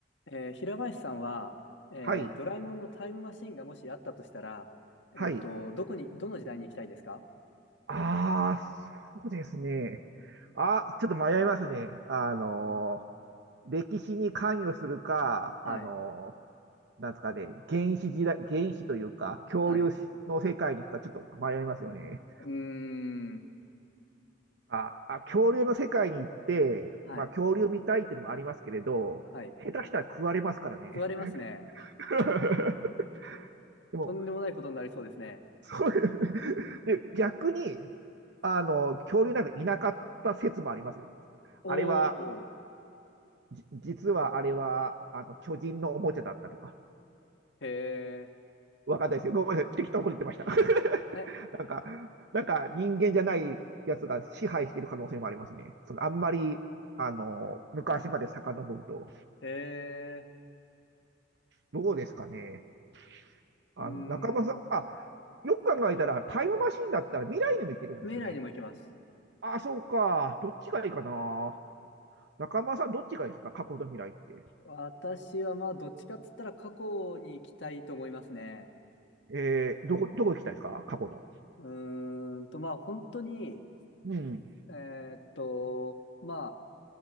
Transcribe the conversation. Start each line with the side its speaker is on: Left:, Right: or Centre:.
Left: えー平林さんは、えードラえもんのタイムマシンがもしあったとしたら、
Right: はい、
Left: えっと、
Right: はい。
Left: どこに、どの時代に行きたいですか
Right: ああ、そうですね。あ、ちょっと迷いますね。あのー、歴史に関与するか、
Left: はい。
Right: あのー、なんですかね、原始時代、原始というか、恐竜の世界に行くか、
Left: はい。
Right: ちょっと迷いますよね。
Left: うーん。
Right: あ、あ、恐竜の世界に行って、
Left: はい。
Right: まあ、恐竜見たいっていうのもありますけれど、
Left: はい。
Right: 下手したら食われますからね。
Left: 食われますね。
Right: <laughs> でも、
Left: とんでもないことになりそうですね。
Right: そういうで、逆に、あの、恐竜なんかいなかった説もありますよ。
Left: おー。
Right: あれは、実はあれは、あの、巨人のおもちゃだったとか、
Left: へえ。
Right: わかんないですよ。ごめんなさい。適当に言ってました。<laughs>
Left: え、
Right: なんか、なんか人間じゃないやつが支配している可能性もありますね。その、あんまり、あの、昔まで遡ると。
Left: はい。へえ。
Right: どうですかね。あの、
Left: うー
Right: 中村さん、
Left: ん。
Right: あ、よく考えたら、タイムマシンだったら未来にも行けるんですよね。
Left: 未来にも行けます。
Right: あ、そうか。どっちがいいかな。中村さん、どっちがいいですか過去と未来って。
Left: 私はまあ、どっちかっつったら過去に行きたいと思いますね。
Right: えー、どこ、どこ行きたいですか過去の。
Left: うーんと、まあ、本当に、
Right: うん。
Left: えーっと、ま